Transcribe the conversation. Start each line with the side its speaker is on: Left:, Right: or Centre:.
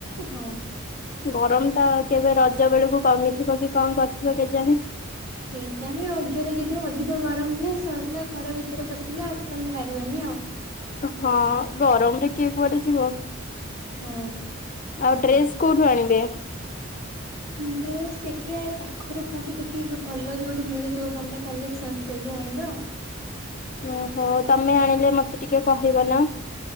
Right: ହଁ।
Left: ଗରମ ଟା କେବେ ରଜ ବେଳକୁ କମିଥିବ କି କଣ କରିଥିବ କେଜାଣି।
Right: କେଜାଣି ରଜରେ ଯଦି ଅଧିକ ଗରମ ହୁଏ ସରିଲା ଘର ଭିତରେ ପଶିଲେ ଆଉ। ତାହେଲେ ବାହାରିବାନି ଆଉ।
Left: ହଁ ଗରମ ରେ କିଏ କୁଆଡ଼େ ଯିବ।
Right: ହଁ।
Left: ଆଉ ଡ୍ରେସ୍ କୋଉଠୁ ଆଣିବେ?
Right: ଡ୍ରେସ୍ ଦେଖିବା ଏଇ ପାଖରୁ କୋଉଠି ଦେଖିକି ଭଲ ଯୋଉଠି ମିଳୁଥିବ ଭଲ କଲେକ୍ସନ୍ ସେଇଠୁ ଆଣିବା ଆଉ।
Left: ଓ ହୋ ତମେ ଆଣିଲେ ମତେ ଟିକେ କହିବ ନା।